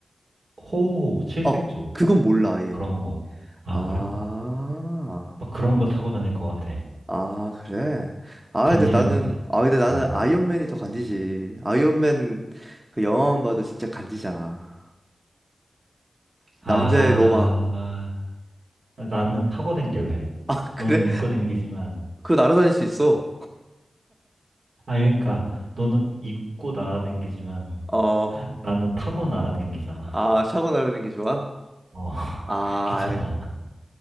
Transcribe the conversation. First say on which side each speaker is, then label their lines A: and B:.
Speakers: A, on the right; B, on the right.
A: 호우호 칠색조
B: 아, 그건 몰라 아예.
A: 그런 거. 아,
B: 아.
A: 그래? 막 그런 거 타고 다닐 것 같아.
B: 아, 그래. 아,
A: 간지날
B: 근데 나는
A: 것 같아.
B: 아, 근데 나는
A: 어.
B: 아이언맨이 더 간지지. 아이언맨 그 영화만 봐도 진짜 간지잖아.
A: 아,
B: 남자의 로망.
A: 나는 타고 댕길래.
B: <laughs> 아, 그래?
A: 너는 입고 댕기지만,
B: 그거 날아다닐 수 있어.
A: 아, 그러니까, 너는 입고 날아 댕기지만,
B: 어,
A: 나는 타고 날아 댕기잖아.
B: 아, 차고 날아다니는 게 좋아?
A: 어, <laughs>
B: 아,
A: 귀찮아.
B: 아이.